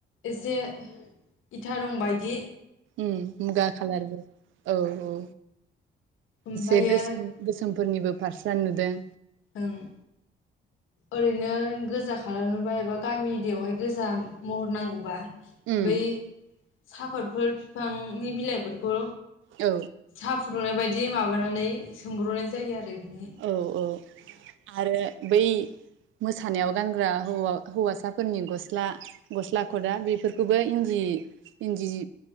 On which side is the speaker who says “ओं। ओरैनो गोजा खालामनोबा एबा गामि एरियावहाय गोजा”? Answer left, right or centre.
Left